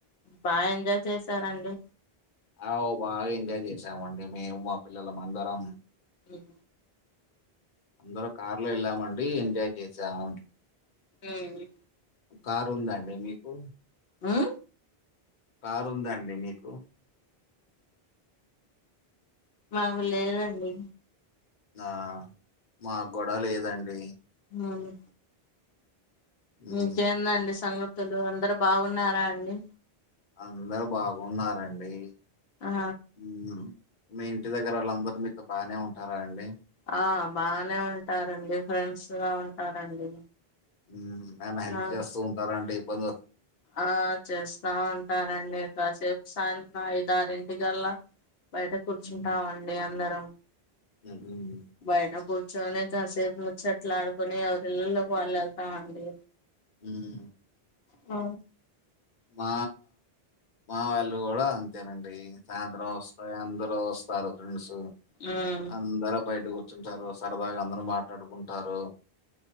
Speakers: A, on the left (about 75°); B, on the left (about 50°).
A: బాగా ఎంజాయ్ చేసారండి
B: ఆ బాగా ఎంజాయ్ చేసామండి మేము మా పిల్లలమందరం
A: మ్
B: అందరూ కార్లో వెళ్ళామండి ఎంజాయ్ చేసాం
A: మ్
B: కారు ఉందా అండి మీకు
A: మ్
B: కారు ఉందా అండి మీకు
A: మాకు లేదండి
B: ఆ మాక్కూడా లేదండి
A: ఉమ్
B: ఉమ్,
A: ఇంకేందండి సంగతులు అందరు బాగున్నారా అండి
B: అందరు బాగున్నారండి
A: ఆ
B: మ్ మీ ఇంటి దగ్గర వాళ్ళందరు మీతో బానే ఉంటారా అండి
A: ఆ బానే ఉంటారండి ఫ్రెండ్స్ లా ఉంటారండి
B: మ్ ఏమన్న హెల్ప్
A: ఆ
B: చేస్తూ ఉంటారండి పో
A: ఆ చేస్తా ఉంటానండి ఇకాసేపు సం ఐదారింటికల్లా బయట కూర్చుంటామండి
B: ఉమ్,
A: అందరం
B: ఉమ్,
A: బయట కూర్చోని కాసేపు ముచ్చట్లాడుకోని ఎవరిళ్లలకి వాళ్ళు వెళ్తామండి
B: మ్
A: ఆ
B: మా మా వాళ్ళు కూడా అంతేనండి సాయంత్రం వస్తాయి అంద రు వస్తారు ఫ్రెండ్స్
A: మ్మ్
B: అందరు బయట కూర్చుంటారు సరదాగా అందరూ మాట్లాడుకుంటారు